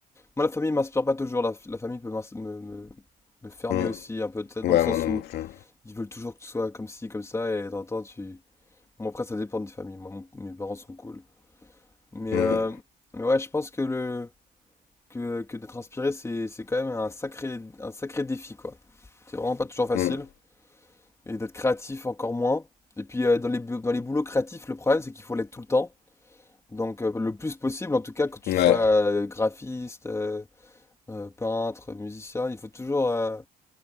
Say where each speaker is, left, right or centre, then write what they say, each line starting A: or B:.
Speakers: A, on the left; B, on the left.
A: Moi, la famille m'inspire pas toujours, la, f- la famille peut m'ins- me, me, me fermer
B: mm.
A: aussi, un peu, peut-être
B: Ouais,
A: dans le sens
B: moi non
A: où
B: plus.
A: ils veulent toujours que tu sois comme ci, comme ça, et t'entends, tu... Bon, après, ça dépend des familles, moi, mon- mes parents sont cool. Mais,
B: Mm,
A: euh, mais ouais, je pense que le... que, que d'être inspiré, c'est, c'est quand même un sacré, un sacré défi, quoi. C'est vraiment pas toujours facile.
B: mm.
A: et d'être créatif encore moins. Et puis euh, dans les, bu- dans les boulots créatifs, le problème c'est qu'il faut l'être tout le temps. Donc euh, le plus possible, en tout cas, que tu
B: Ouais.
A: sois euh, graphiste, euh, euh, peintre, musicien, il faut toujours euh,